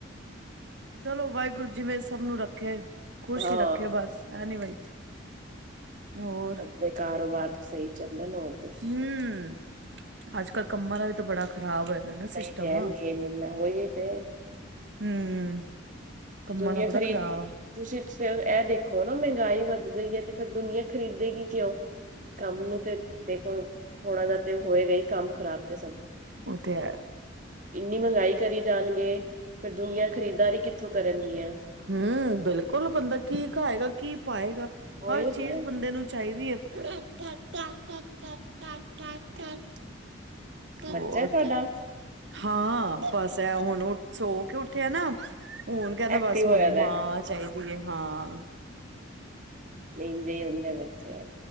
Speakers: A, on the right; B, on the right.
A: ਚਲੋ ਵਾਹਿਗੁਰੂ ਜਿਵੇਂ ਸਭ ਨੂੰ ਰੱਖੇ ਖੁਸ਼
B: ਹਾਂ
A: ਹੀ ਰੱਖੇ ਬਸ ਹੈ ਨੀ ਵਾਹਿ ਹੋਰ?
B: ਦੇ ਕਾਰੋਬਾਰ ਸਹੀ ਚੱਲਣ ਹੋਰ ਤੇ ਕੀ
A: ਹੂੰ,
B: ਹੈ
A: ਅੱਜ -ਕੱਲ੍ਹ ਕੰਮਾਂ ਦਾ ਵੀ ਤਾਂ ਬੜਾ ਖ਼ਰਾਬ ਹੋਏਦਾ ਨਾ ਸਿਸਟਮ,
B: ਨਹੀਂ ਤੇ ਹੈ ਮੇਨ ਉਹੀ ਤੇ
A: ਹੂੰ। ਕੰਮਾਂ
B: ਦੁਨੀਆਂ
A: ਦਾ ਬੜਾ
B: ਖਰੀਦ
A: ਖ਼ਰਾਬ
B: ਤੁਸੀਂ ਇਸ ਟਾਈਮ ਐ ਦੇਖੋ ਨਾ, ਮਹਿੰਗਾਈ ਵਧ ਗਈ ਏ ਤੇ ਫਿਰ ਦੁਨੀਆਂ ਖਰੀਦੇਗੀ ਕਿਉਂ? ਕੰਮ ਨੂੰ ਤੇ ਦੇਖੋ ਥੋੜਾ ਜਾ ਤੇ ਹੋਏਗਾ ਹੀ ਕੰਮ ਖ਼ਰਾਬ ਤੇ ਸਭ
A: ਓ ਤੇ ਹੈ।
B: ਇੰਨੀ ਮਹਿੰਗਾਈ ਕਰੀ ਜਾਣਗੇ, ਫਿਰ ਦੁਨੀਆਂ ਖਰੀਦਦਾਰੀ ਕਿੱਥੋਂ ਕਰਨਗੀਆਂ।
A: ਹੂੰ, ਬਿਲਕੁਲ ਬੰਦਾ ਕੀ ਖਾਏਗਾ, ਕੀ ਪਾਏਗਾ,
B: ਉਹੀਓ
A: ਹਰ ਚੀਜ਼
B: ਤੇ
A: ਬੰਦੇ ਨੂੰ ਚਾਹੀਦੀ ਐ। ਕਾ ਕਾ ਕਾ ਕਾ
B: ਬੱਚਾ
A: ਹੋਰ?
B: ਤੁਹਾਡਾ
A: ਹਾਂ ਬਸ ਐ ਹੁਣ ਸੋ ਕੇ ਉੱਠਿਆ ਨਾ, ਹੁਣ ਕਹਿੰਦਾ
B: ਐਕਟਿਵ
A: ਬਸ ਹੁਣ
B: ਹੋਇਆ ਦਾ
A: ਮਾਂ ਚਾਹੀਦੀ ਏ, ਹਾਂ।
B: ਮੇਨ ਜੇ ਹੁੰਦੇ ਬੱਚੇ